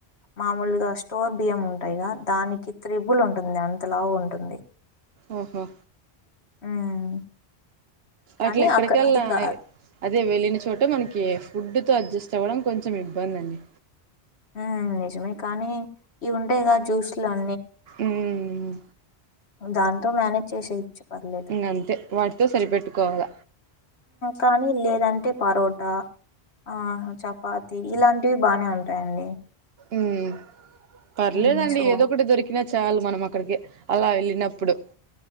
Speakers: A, on the left; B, on the right.
A: మామూలుగా స్టోర్ బియ్యం ఉంటాయిగా దానికి త్రిబుల్ ఉంటుంది అంత లావు ఉంటుంది.
B: ఉమ్ హు
A: ఉమ్ కానీ
B: అట్లెక్కడికెల్నా
A: అక్క అది కా
B: ఆ అదే వెళ్ళిన చోట మనకి ఫుడ్ కడ్జస్ట్ అవ్వడం కొంచెం ఇబ్బంది అండి
A: ఉమ్ నిజమే కానీ ఇవుంటాయిగా జ్యూస్ లన్
B: ఉమ్
A: దాంతో మేనేజ్ చేసేయోచ్చు పర్లేదు
B: ఇంగ అంతే వాటితో సరిపెట్టుకోవాల
A: కానీ లేదంట్ అంటే పరోటా ఆ చపాతి ఇలాంటివి బానే ఉంటాయండి
B: ఉమ్ పర్లేదండి
A: ఉమ్ సో
B: ఏదోకటి దొరికినా చాలు మనమక్కడికి అలా ఎళ్ళినప్పుడు